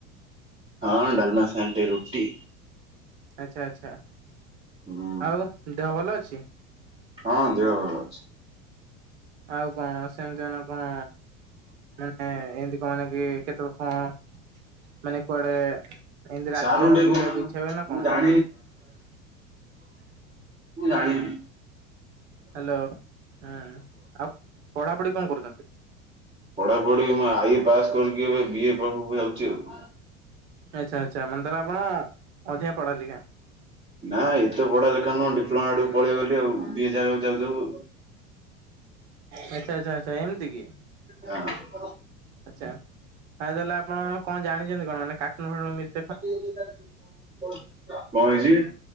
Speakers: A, on the right (about 15°); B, on the right (about 55°).
A: ହଁ ଡଲମା ସାଙ୍ଗରେ ଟିକେ ରୁଟି।
B: ଆଚ୍ଛା, ଆଚ୍ଛା,
A: ହୁଁ
B: ଆଉ ଦେହ ଭଲ ଅଛି?
A: ହଁ ଦେହ ଭଲ ଅଛି।
B: ଆଉ କଣ ସେମିତି ହେନେ ଆଉ କଣ? ମାନେ ଏମିତି କଣ କି କେତେଳେ କଣ? ମାନେ କୁଆଡେ ଏମିତି ରାତି
A: ସାର୍ ଙ୍କୁ
B: ବେଳା
A: ଟିକେ
B: ବୁଲିବାକୁ
A: କହୁନା
B: ଇଚ୍ଛା ହୁଏ ନା କଣ?
A: <unintelligible> <unintelligible> ମୁଁ ଜାଣିନି।
B: ହ୍ୟାଲୋ, ହଁ, ଆଉ ପଢ଼ାପଢି କଣ କରୁଛନ୍ତି?
A: ପଢାପଢି ମୁଁ ଆଇଏ ପାସ୍ କରିକି, ଏବେ ବିଏ ପାଖକୁ ଯାଉଛି ଆଉ।
B: ଆଚ୍ଛା, ଆଚ୍ଛା ମାନେ ତାହେଲେ ଆପଣ ଅଧିକ ପଢା ଲେଖା।
A: ନା ଏତେ ପଢା ଲେଖା ନୁହଁ ଡିପ୍ଲୋମା ଆଡକୁ ପଳେଇ ଗଲି ଆଉ, ବିଏ ଜାଗାକୁ ଯାଉ ଯାଉ
B: ଆଚ୍ଛା, ଆଚ୍ଛା, ଆଚ୍ଛା ଏମିତି କି?
A: ହଁ।
B: ଆଚ୍ଛା, ଆଉ ତାହେଲେ ଆପଣ କଣ ଜାଣିଚନ୍ତି କଣ? ମାନେ କାର୍ଟୁନ୍ ଫାଟୁନ କି
A: <unintelligible> କଣ ହେଇଛି?